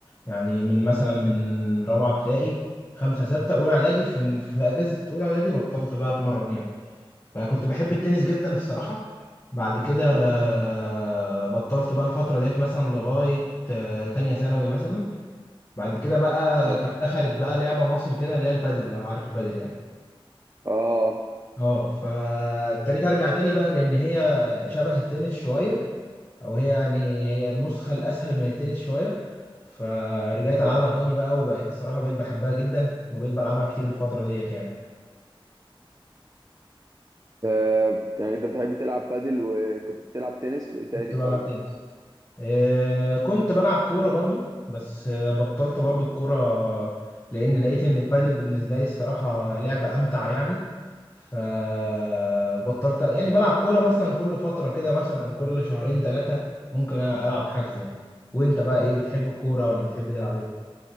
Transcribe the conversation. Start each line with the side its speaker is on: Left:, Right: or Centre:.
Left: يعني من مثلا من رابعه ابتدائي خمسه سته اولى اعدادي في في اجازه اولى اعدادي بطلت بقى اتمرن يعني فكنت بحب التنس جدا الصراحه بعد كده آه،
Right: اه
Left: بطلت بقى الفتره ديت مثلا لغايه آه، تانية ثانوي مثلا بعد كده بقى
Right: اه
Left: كانت دخلت بقى لعبه مصر كده اللي هي البادل لو عارف البادل يعني
Right: اه
Left: اه فابتديت ارجع تاني بقى لان هي شبه التنس شويه او هي يعني هي النسخه الاسهل من التنس شويه فرجعت العبها
Right: اه
Left: تاني بقى وبقت صراحه بقيت بحبها جدا وبقيت بلعبها كتير الفتره ديت يعني
Right: آه، يعني انت بتحب تلعب بادل وكنت بتلعب تنس وايه تاني
Left: كنت بلعب
Right: طيب
Left: تنس آه، كنت بلعب كورة برضو بس آه، بطلت برضو الكورة لأن لقيت إن البادل بالنسبة لي الصراحة لعبة أمتع يعني فبطلت يعني بلعب كورة مثلا كل فترة كده مثلا كل شهرين ثلاثة ممكن ألعب حجز يعني وأنت بقى إيه بتحب الكورة ولا بتحب تلعب إيه؟